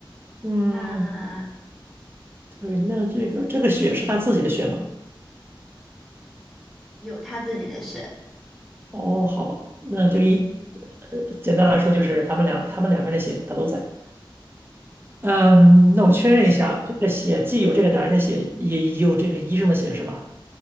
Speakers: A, on the right; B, in the centre.
A: 嗯，
B: 啊，
A: 对，那这个这个血是他自己的血吗？
B: 有他自己的血，
A: 哦，好吧，那这个一呃，简单来说就是他们俩他们两个人的血他都在。嗯，那我确认一下啊，
B: 不是，
A: 这个血既有这个男人的血，也也有这个医生的血是吧？